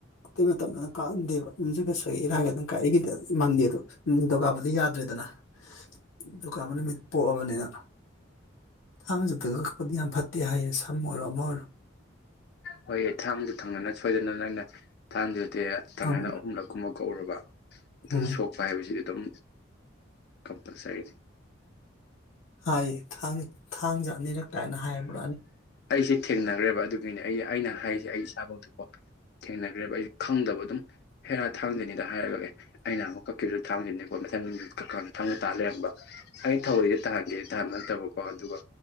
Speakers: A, on the left; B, on the left.
A: ꯑꯇꯩ ꯃꯇꯝꯗꯅ ꯀꯥꯍꯟꯗꯦꯕ ꯌꯨꯝꯖꯒꯠꯁꯦ ꯏꯔꯥꯏꯒꯗꯅ ꯀꯥꯏꯏꯒꯤꯗ ꯏꯃꯥꯟꯗꯦꯗꯣ ꯗꯤ ꯌꯥꯗ꯭ꯔꯦꯗꯅ ꯑꯗꯨꯒꯗꯨꯀ ꯑꯃ ꯅꯨꯃꯤꯠ ꯄꯣꯛꯑꯕꯅꯤꯅ ꯊꯥꯡꯃꯦꯖꯄꯗꯤ ꯌꯥꯝ ꯐꯠꯇꯦ ꯍꯥꯏꯁ ꯃꯣꯔ ꯃꯔ
B: ꯑ ꯍꯣꯏꯍ ꯊꯥꯡꯗꯣ ꯊꯪꯅꯅ ꯁꯣꯏꯗꯅ ꯅ ꯑꯪꯩꯅ ꯊꯥꯡꯗꯨꯗꯤ ꯀꯪꯅ
A: ꯑꯪ
B: ꯑꯍꯨꯝꯂꯛꯨꯝꯃ ꯍꯧꯔꯕ ꯑꯗꯨꯝ
A: ꯎꯝ
B: ꯁꯣꯛꯄ ꯍꯥꯏꯕꯁꯤꯗꯤ ꯑꯗꯨꯝ ꯀꯞ ꯇꯛ ꯁꯍꯤꯖ
A: ꯍꯥꯏꯥꯡ ꯊꯥꯡꯁꯦ ꯑꯅꯤꯔꯛ ꯀꯥꯏꯅ ꯍꯥꯏꯕ
B: ꯑꯩꯁꯦ ꯊꯦꯡꯅꯈ꯭ꯔꯦꯕ ꯑꯗꯨꯒꯤꯅꯦ ꯑꯩ ꯑꯩꯅ ꯍꯥꯏꯁꯦ ꯑꯩ ꯏꯁꯥꯐꯇꯀꯣ ꯊꯦꯡꯅꯈ꯭ꯔꯦꯕ ꯑꯩꯁꯨ ꯈꯪꯗꯕꯗꯣ ꯑꯗꯨꯝ ꯍꯦꯔꯥ ꯊꯥꯡꯖꯅꯤꯗ ꯍꯥꯏꯔꯒ ꯑꯦ ꯑꯩꯅ ꯑꯃꯨꯛ ꯀꯛꯈꯤꯕꯗ ꯊꯥꯡꯈꯤꯅꯤꯀꯣ ꯃꯊꯪꯅꯨꯡꯊ ꯀꯛꯀꯥꯟꯗ ꯊꯪꯗ ꯇꯥ ꯂꯩꯔꯝꯕ ꯑꯩ ꯊꯧꯔꯤꯁ ꯇꯥꯍꯟꯒꯦ ꯇꯥꯍꯕ ꯅꯠꯇꯕꯀꯣ ꯑꯗꯨꯒ